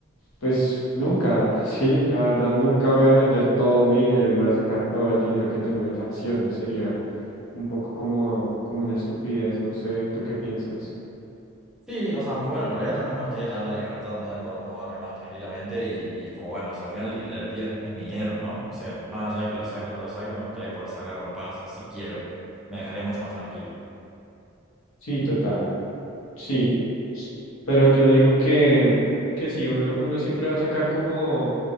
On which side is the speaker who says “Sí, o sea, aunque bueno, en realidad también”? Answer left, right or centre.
Centre